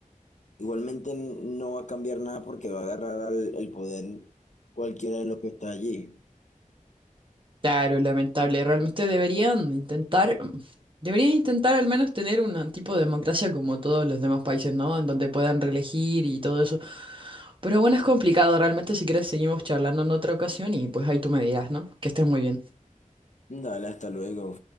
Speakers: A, on the left; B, on the right.
A: igualmente no va a cambiar nada porque va a agarrar al- el poder cualquiera de los que está allí.
B: Claro, lamentable. Realmente deberían intentar, deberían intentar al menos tener un tipo de democracia como todos los demás países, ¿no? En donde puedan reelegir y todo eso. Pero bueno, es complicado. Realmente, si quieres, seguimos charlando en otra ocasión y pues ahí tú me dirás, ¿no? Que estés muy bien.
A: Dale, hasta luego.